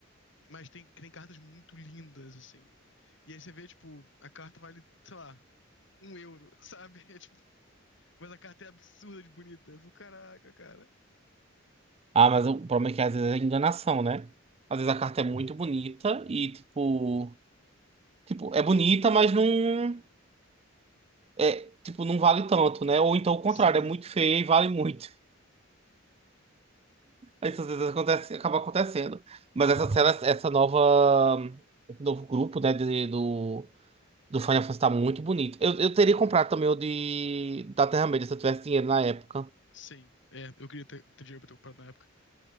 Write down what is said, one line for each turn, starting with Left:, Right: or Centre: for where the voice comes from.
Left: Mas tem, tem cartas muito lindas, assim. E aí você vê, tipo, a carta vale, sei lá, um euro, sabe? <laughs> É, tipo, mas a carta é absurda de bonita. Eu fico, caraca, cara.
Right: Ah, mas o problema é que às vezes é enganação, né? Às vezes a carta é muito bonita e, tipo... Tipo, é bonita, mas não... É, tipo, não vale tanto, né? Ou então o contrário,
Left: Sim,
Right: é muito feia e vale muito. Isso às vezes acontece, acaba acontecendo. Mas essa cena, essa nova, esse novo grupo, né, de- do, do Final Fantasy tá muito bonito. Eu, eu teria comprado também o de da Terra-média se eu tivesse dinheiro na época.
Left: sim. É, eu queria ter, ter dinheiro pra ter comprado na época.